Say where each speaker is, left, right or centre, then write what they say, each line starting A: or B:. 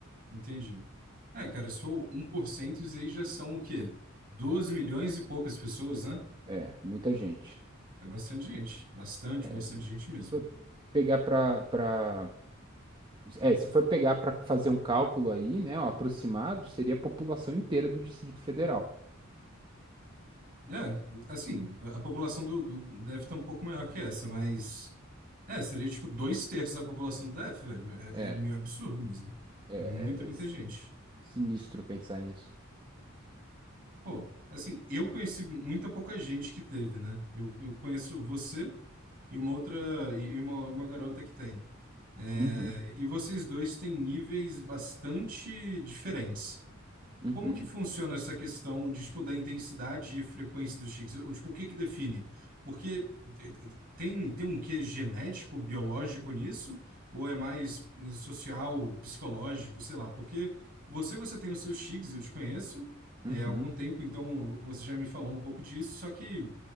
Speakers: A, on the right (about 45°); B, on the right (about 20°).
A: entendi. É, cara, se for um por cento isso aí já são o quê? 12 milhões e poucas pessoas, né?
B: É, muita gente.
A: É bastante gente. Bastante,
B: É,
A: bastante gente mesmo.
B: se for pegar para para é, se for pegar para fazer um cálculo aí, né, um aproximado, seria a população inteira do Distrito Federal.
A: É, assim, a a população do, do DF tá um pouco maior que essa, mas. É, seria tipo dois terços da população do DF, velho. É,
B: É.
A: é meio absurdo mesmo.
B: É,
A: É muita, muita gente.
B: Sinistro pensar nisso.
A: Pô, assim, eu conheci muita pouca gente que teve, né? Eu, eu conheço você e uma outra. E e uma, e uma garota que tem.
B: Uhum,
A: É, E vocês dois têm níveis bastante diferentes.
B: uhum,
A: Como que funciona essa questão de, tipo, da intensidade e frequência dos tiques? Ou, tipo, o que que define? Porque eh, tem, tem um quê genético, biológico nisso? Ou é mais eh, social, psicológico, sei lá? Porque você, você tem os seus tiques, eu te conheço, é,
B: uhum.
A: há algum tempo, então você já me falou um pouco disso, só que